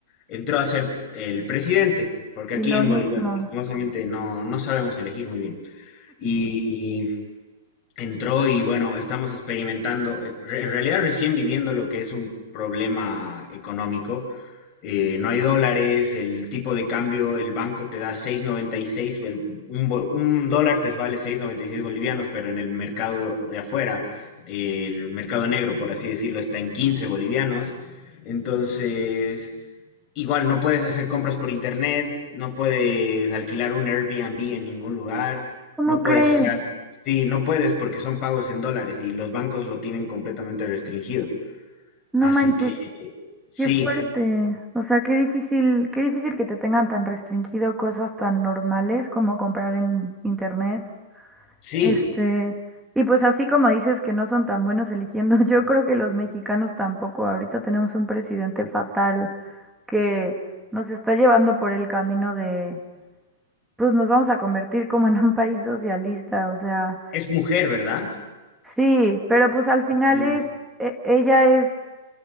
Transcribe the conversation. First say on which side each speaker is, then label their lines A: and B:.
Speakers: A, on the left; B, in the centre.
A: entró a ser el presidente, porque
B: Y
A: aquí
B: lo
A: en
B: mismo.
A: Bolivia, lastimosamente, no, no sabemos elegir muy bien. Y entró y bueno, estamos experimentando, eh, re- en realidad recién viviendo lo que es un problema económico. Eh, no hay dólares, el tipo de cambio, el banco te da seis noventa y seis, el- un, bo- un dólar te vale seis noventa y seis bolivianos, pero en el mercado de afuera, el mercado negro, por así decirlo, está en quince bolivianos. Entonces... Igual no puedes hacer compras por internet, no puedes alquilar un Airbnb en ningún lugar,
B: ¿Cómo
A: no puedes
B: crees?
A: usar, sí, no puedes porque son pagos en dólares y los bancos lo tienen completamente restringido.
B: No
A: Así
B: manches,
A: que sí,
B: qué fuerte. O sea, qué difícil, qué difícil que te tengan tan restringido cosas tan normales como comprar en internet.
A: sí,
B: Este, y pues así como dices que no son tan buenos eligiendo, <laughs> yo creo que los mexicanos tampoco. Ahorita tenemos un presidente fatal que nos está llevando por el camino de, pues nos vamos a convertir como en un país socialista, o sea,
A: es mujer, ¿verdad?
B: sí, pero pues al final
A: Mm,
B: es, e- ella es